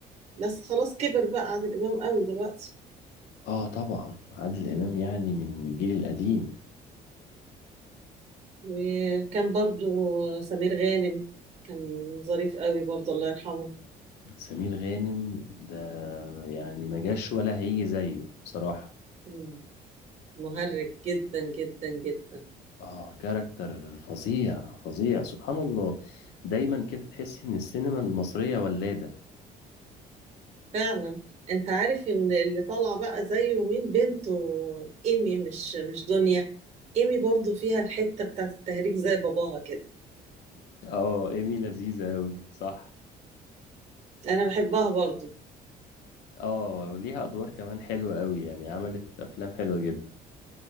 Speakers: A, on the right; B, on the left.
A: بس خلاص كبر بقى عادل إمام قوي دلوقتي
B: اه طبعا عادل امام يعني من الجيل القديم
A: وكان برضو سمير غانم كان ظريف قوي برضو الله يرحمه
B: سمير غانم ده يعني ما جاش ولا هيجي زيه بصراحة
A: مم. مهرج جدا جدا جدا
B: اه كاركتر فظيع فظيع سبحان الله دايما كده تحس ان السينما المصرية ولادة
A: فعلا انت عارف ان اللي طالعه بقى زيه مين بنته ايمي مش مش دنيا ايمي برضو فيها الحته بتاعت التهريج زي باباها كده
B: اه ايمي لذيذة اوي صح
A: انا بحبها برضو
B: اه وليها ادوار كمان حلوة اوي يعني عملت افلام حلوة جدا